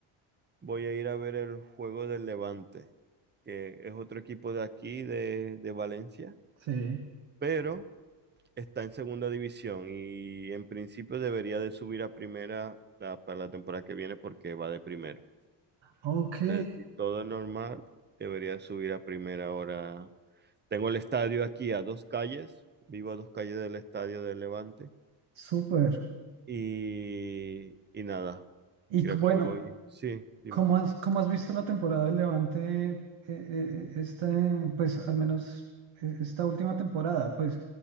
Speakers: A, on the right; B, on the right.
A: voy a ir a ver el juego del Levante, que es otro equipo de aquí, de, de Valencia,
B: sí.
A: pero está en segunda división y en principio debería de subir a primera la- para la temporada que viene porque va de primero.
B: Ok,
A: sea, si todo normal, debería subir a primera hora. Tengo el estadio aquí a dos calles, vivo a dos calles del estadio del Levante.
B: súper.
A: Y, y nada,
B: Y
A: creo
B: c- bueno.
A: que voy. Sí, dime.
B: ¿Cómo has, cómo has visto la temporada del Levante, eh, eh, eh, este, pues al menos eh, esta última temporada? Pues